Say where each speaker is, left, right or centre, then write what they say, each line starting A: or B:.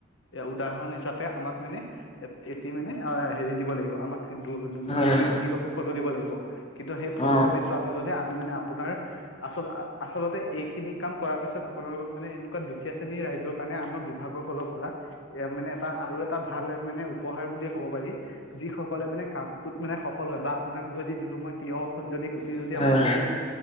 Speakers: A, on the left (about 70°); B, on the left (about 30°).
A: উদাহৰণ হিচ হিচাপে, আমাক মানে ভেটি মানে আ হেৰি দিব লাগিব, আমাক দু দু
B: হয়
A: দুই
B: হয়
A: তিনি কপি ফটো দিব লাগিব। ব, কিন্তু সেই ফটো
B: অ
A: কপি চোৱাৰ পিছতহে, আমি মানে আ আপোনাৰ আচল আচলতে, এইখিনিক কাম কৰাৰ পিছত, আপোনালোকক মানে এনেকুৱা দুখীয়া শ্ৰেণী ৰাইজৰ কাৰণে, আমাৰ বিভাগৰ ফালৰ পৰা এ মানে আ আৰু এটা ভাল মানে উপহাৰ বুলিয়ে ক'ব পাৰি, যিসকলে মানে কামটোত মানে সফল হয় বা আপোনাক যদি দিলো মই তিয়হ যদি গোটেই
B: হয়
A: যদি, আপোনাক যদি